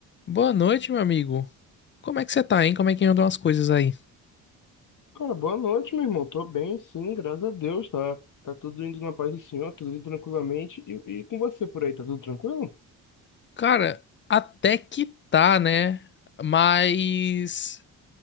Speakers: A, on the left; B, on the left.
A: Boa noite, meu amigo. Como é que você tá, hein? Como é que andam as coisas aí?
B: Cara, boa noite, meu irmão. Tô bem, sim, graças a Deus, tá? Tá tudo indo na paz do Senhor, tudo indo tranquilamente. E, e com você por aí, tá tudo tranquilo?
A: Cara, até que tá, né? Mas,